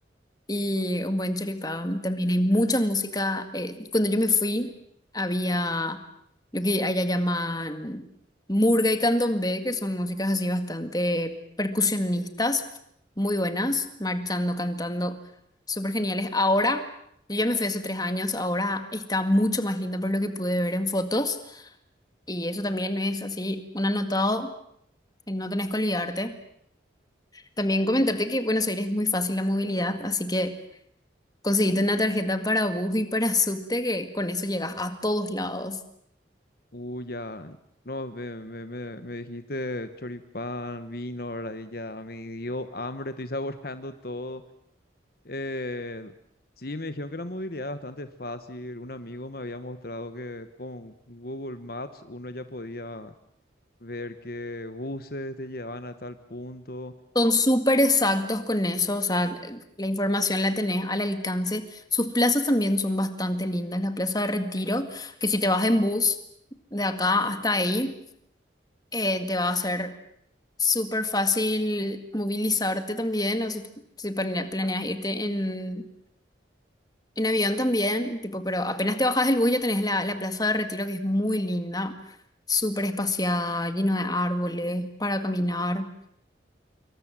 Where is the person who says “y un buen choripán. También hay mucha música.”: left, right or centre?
Left